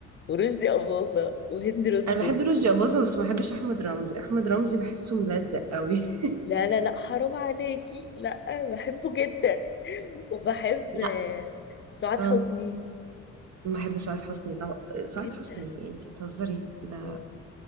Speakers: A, on the left (about 40°); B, on the right (about 60°).
A: ورشدي اباظه وهند رستم
B: انا بحب رشدي اباظة بس ما بحبش احمد رمزي احمد رمزي بحسه ملزق قوي
A: لا لا لا حرام عليكي لا بحبه جدا <laughs> وبحب
B: <laughs> لا
A: آه، سعاد
B: اه
A: حسني
B: ما بحب سعاد حسني طبعا سعاد
A: جدا
B: حسني انتي بتهزري ده
A: اه